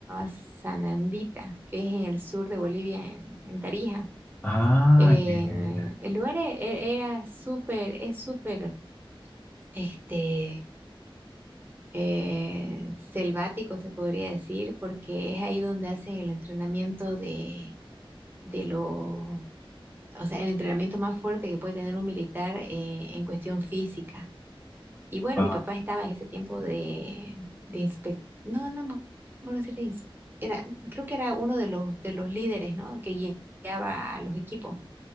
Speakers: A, on the right; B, on the left.
A: Sanandita, que es en el sur de Bolivia, en, en Tarija.
B: Ah,
A: Eh,
B: ya, ya, ya.
A: el lugar e- e- era súper, es súper, este eh, selvático, se podría decir, porque es ahí donde hacen el entrenamiento de, de lo, o sea, el entrenamiento más fuerte que puede tener un militar eh, en cuestión física. Y bueno,
B: Guau.
A: mi papá estaba en ese tiempo de, de inspec- no, no me acuerdo si era, ins- era, creo que era uno de los, de los líderes, ¿no? Que gui- guiaba a los equipos.